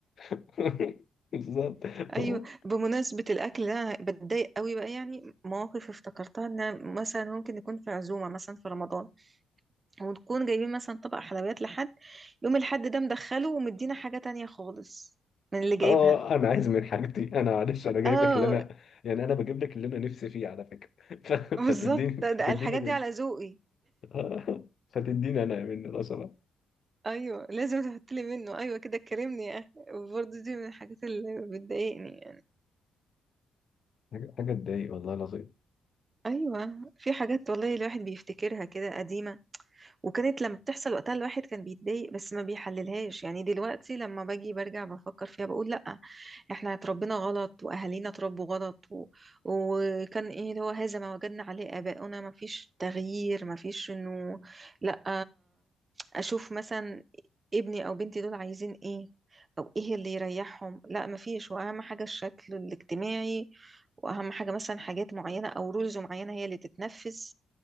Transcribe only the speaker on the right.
ايوه
بمناسبه الاكل ده انا بتضايق قوي بقى يعني مواقف افتكرتها ان مثلا ممكن نكون في عزومه مثلا في رمضان ونكون جايبين مثلا طبق حلويات لحد يوم الحد ده مدخله ومدينا حاجه تانية خالص من اللي جايبها
اه
بالظبط ده
ده الحاجات
دي على ذوقي
ايوه لازم تحط لي منه ايوه كده كرمني يا اخي برضه دي من الحاجات اللي بتضايقني يعني
ايوه في حاجات والله الواحد بيفتكرها كده قديمه وكانت لما بتحصل وقتها الواحد كان بيتضايق بس ما بيحللهاش يعني دلوقتي لما باجي برجع بفكر فيها بقول لأ احنا اتربينا غلط واهالينا اتربوا غلط و... وكان ايه اللي هو هذا ما وجدنا عليه آباؤنا ما فيش تغيير ما فيش انه لأ اشوف مثلا ابني او بنتي دول عايزين ايه او ايه اللي يريحهم لا ما فيش واهم حاجة الشكل الاجتماعي واهم حاجة مثلا حاجات معينة او رولز معينة هي اللي تتنفذ